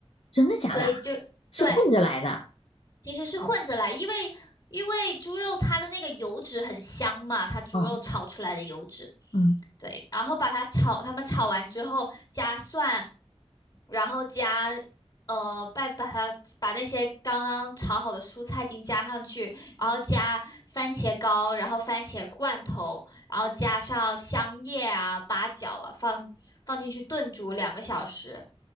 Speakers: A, on the left; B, on the left.
A: 真的假的啊
B: 所以就对。
A: 是混着来的？
B: 其实是混着来，因为因为猪肉它的那个油脂很香嘛，它猪肉炒出来的油脂，
A: 嗯嗯，
B: 对，然后把它炒，他们炒完之后加蒜，然后加呃，把把它把那些刚刚炒好的蔬菜丁加上去，然后加番茄膏，然后番茄罐头，然后加上香叶啊、八角啊，放放进去炖煮两个小时。